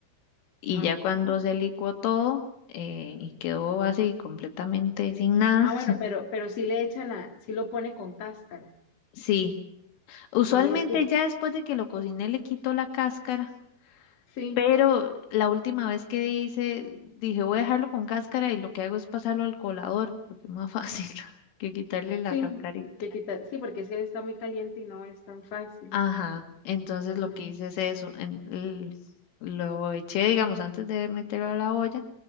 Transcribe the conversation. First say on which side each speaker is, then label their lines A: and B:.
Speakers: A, on the left; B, on the left.
A: Y
B: Ah,
A: ya
B: ok.
A: cuando se licuó todo eh, y quedó así completamente sin nada,
B: Ah, bueno, pero, pero sí le echan la, sí lo pone con cáscara.
A: sí. Usualmente
B: A ver, es que
A: ya después de que lo cociné le quito la cáscara,
B: sí,
A: pero la última vez que hice, dije voy a dejarlo con cáscara y lo que hago es pasarlo al colador, porque es más fácil <laughs> que quitarle la
B: sí,
A: cascarita.
B: que quita, sí, porque es que está muy caliente y no es tan fácil.
A: Ajá, entonces lo
B: Mm,
A: que hice es eso, en- l- lo eché, digamos, antes de meterlo a la olla,